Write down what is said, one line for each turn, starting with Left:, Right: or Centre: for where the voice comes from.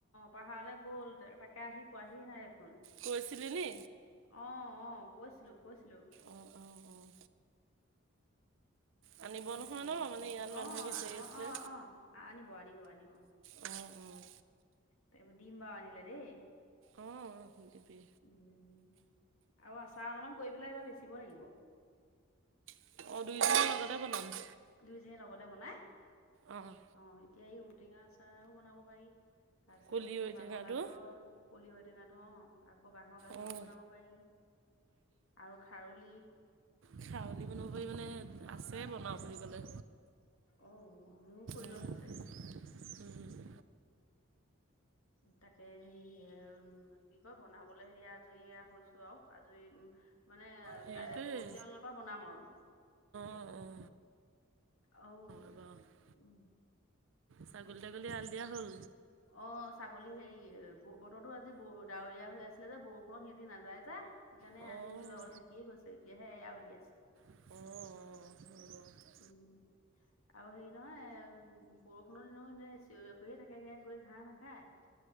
Left: পাহাৰলে গ'ল তাকে আহি পোৱাহিয়ে নাই দেখোন
Right: কৈছিলি নি
Left: অ, অ, কৈছিলো-কৈছিলো
Right: অঁ, অঁ, অঁ, আনিব
Left: কৈছিলোঁ
Right: নহয়
Left: অ,
Right: ন মানে ইয়াত মানুহে বিচাৰি
Left: অ,
Right: আছিলে
Left: অ, অ, আনিব-আনিব-আনিব
Right: অ, অ,
Left: তব দিম ব আনিলে দেই
Right: অ'। কয় দিবি।
Left: আৰু আচাৰ অলপমান কৰি পেলাই এইবাৰ বেচিব লাগিব।
Right: অ', দুইদিনৰ লগতে বনাম।
Left: দুযইজনীয়ে লগতে বনাই
Right: অ'।
Left: অ', এতিয়া এই ঔটেঙা আচাৰও বনাব পাৰি তাৰপিছত
Right: কলি
Left: আকৌ
Right: ঔটেঙাটো
Left: বাঁহৰ গাজৰ কলি ঔ টেঙাটো অ', আকৌ বাঁহৰ গাজৰও
Right: অঁ
Left: বনাব পাৰি আৰু খাৰলি
Right: খৰলি বনাব পাৰি মানে, আছে বনাওঁ বুলি ক'লে
Left: অ মোৰ সৰিয়হ
Right: উম,
Left: আছে
Right: উম।
Left: তাকে সেই উম কি কয় বনাবলৈ হেৰিয়া আজৰি এয়া হৈছো আৰু আজৰি উম মানে
Right: সেইটোৱেই
Left: কাইলে পৰহি মানৰ পৰা বনাম আৰু।
Right: অ', অ'।
Left: ঔ
Right: অ'।
Left: উম।
Right: ছাগলী তাগলী এআল দিয়া হ'ল?
Left: অ', ছাগলী হেৰি বতৰৰতো আজি ডাৱৰীয়া হৈ আছিলে যে, বৰষুণত সিহঁতি নাযায় যে সেইকাৰণে
Right: অঁ
Left: আজি উলওাবলৈ থাকিয়ে গৈছে। এতিয়াহে এয়া উলিয়াইছে।
Right: অ', অ'।
Left: উম। আৰু হেৰি নহয় বৰষুণৰ দিনত এনে চিয়ৰি বাখৰীয়ে মানে, থাকেগে গৈ ঘাঁহ নাখায়।